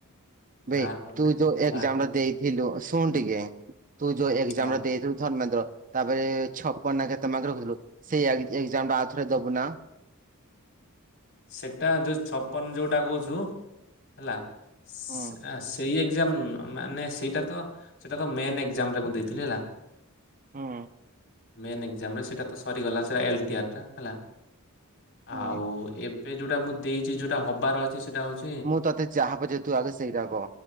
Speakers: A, on the right; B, on the left.
A: ବେ
B: ବାହାର କରିନି
A: ତୁ
B: ଦେଖିବା
A: ଯୋଉ ଏକଜାମଟା
B: ବାହାର କରିବା
A: ଦେଇଥିଲୁ ଶୁଣ ଟିକେ ତୁ ଯୋଉ ଏଗଜାମ
B: ହଁ
A: ଟା ଦେଇଥିଲୁ ଧର୍ମେନ୍ଦ୍ର ତାପରେ ଛପନ ନା କେତେମାର୍କ ରଖିଥିଲୁ ସେଇ ଏଗ୍ ଏଗଜାମଟା ଆଉଥରେ ଦବୁ ନା
B: ସେଟା ଯୋଉ ଛପନ ଯୋଉଟା କହୁଚୁ ହେଲା ସେଇ
A: ହୁଁ
B: ଏକଜାମ୍ ମାନେ ସେଇଟା ତ ସେଇଟା ତ ମେନ୍ ଏକଜାମ୍ ରେ ମୁଁ ଦେଇଥିଲି ହେଲା।
A: ହୁଁ।
B: ମେନ୍ ଏକଜାମରେ ସେଇଟା ତ ସରିଗଲା ସେଇଟା ଏଲଟିଆର୍ ଟା ହେଲା
A: ହୁଁ
B: ଆଉ ଏ ବେ ଯୋଉଟା ମୁଁ ଦେଇଚି ଯୋଉଟା ହବାର ଅଛି ସେଇଟା ହଉଚି
A: ମୁଁ ତତେ ଯାହା ପଚାରୁ ତୁ ଆଗ ସେଇଟା କହ।